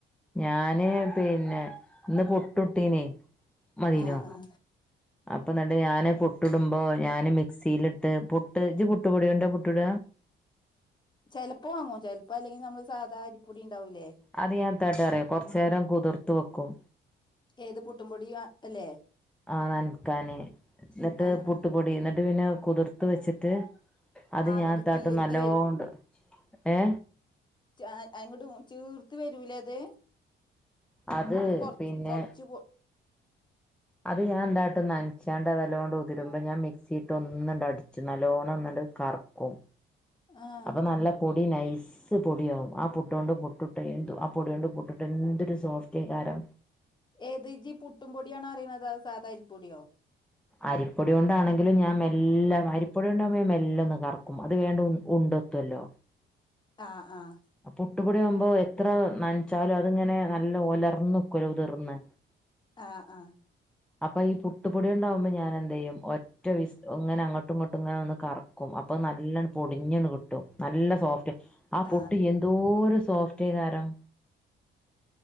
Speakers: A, in the centre; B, on the left (about 20°).
A: ഞാന് പിന്നെ ഇന്ന് പുട്ടുട്ടീനെ. മതീനോ
B: ആഹ് ആഹ്
A: അപ്പൊന്നട്ട് ഞാന് പുട്ടുടുമ്പൊ ഞാന് മിക്സിയിലിട്ട് പു ട്ട് ജ്ജ് പുട്ടുപൊടിയോണ്ട പുട്ടുട.
B: ചെലപ്പോ വാങ്ങും ചെലപ്പോ അല്ലെങ്കിൽ നമ്മള് സാധാ അരിപ്പൊടി. ഉണ്ടാവൂലേ
A: അത് ഞാ താട്ടാറിയോ കൊറച്ചേരം കുതിർത്ത്‌വെക്കും.
B: ഏത് പുട്ടുപൊടിയാ അല്ലേ
A: ആ നനകാന് ന്നട്ട്
B: ആഹ്
A: പുട്ടുപൊടി
B: ആഹ്
A: ന്നട്ട് പിന്നെ കുതിർത്ത് വെച്ചിട്ട്. അത്
B: ആ അങ്ങട്ട്
A: ഞാ താട്ടും
B: ചീർത്ത്
A: നല്ലോണ്ട് ഏ
B: ച്ആ അയിങ്ങോട്ട് ചീർത്ത് വരൂലേ ത്
A: അത്
B: നമ്മള് കൊർ
A: പിന്നെ
B: കൊർച്ച് പോ
A: അത് ഞാൻ ന്താട്ടും നനച്ചാണ്ട് അത് നല്ലോണം ഉതിരുമ്പൊ ഞാൻ മിക്സിലിട്ട് ഒന്നടിച്ചും നല്ലോണൊന്ന് ട്ട് കറുക്കും
B: ആഹ്
A: അപ്പൊ നല്ല നൈസ് പൊടിയാവും ആ പുട്ടോണ്ട് പുട്ടുട്ട എന്തൊ ആ പൊടിയോണ്ട് പുട്ടുട്ട എന്തൊരു സോഫ്റ്റേക്കാരും.
B: ഏത് ജ് പുട്ടും പൊടിയണോ പറയ്ന്നത് അതോ സാധാ അരിപ്പൊടിയോ
A: അരിപ്പൊടിയോണ്ടാണെങ്കിലും ഞാൻ എല്ലാം അരിപ്പൊടിയാണ്ടാവുമ്പ ഞാൻ മെല്ലെ ഒന്ന് കറക്കും അത് കഴിഞ്ഞിട്ട് ഉണ്ട കുത്തോലൊ
B: ആഹ് ആഹ്
A: പുട്ടുപൊടി ആവുമ്പോ എത്ര നനച്ചാലും അ തിങ്ങനെ നല്ല ഒലർന്ന് ക്കോ ലൊ ഉതിർന്ന്.
B: ആ ആ
A: അപ്പൊ ഈ പുട്ടുപൊടിയി ണ്ടാവുമ്പം ഞാൻ എന്ത് ചെയ്യും ഒറ്റവിസി ഇങ്ങനെ അങ്ങട്ടു ങ്ങട്ടും ഒന്ന് കറക്കും. അപ്പൊ നല്ലണ് പൊടിഞ്ഞണ് കിട്ടും നല്ല സോഫ്റ്റ് ആ പുട്ട്
B: ആഹ്
A: എന്തോരു സോഫ്റ്റേക്കാരും.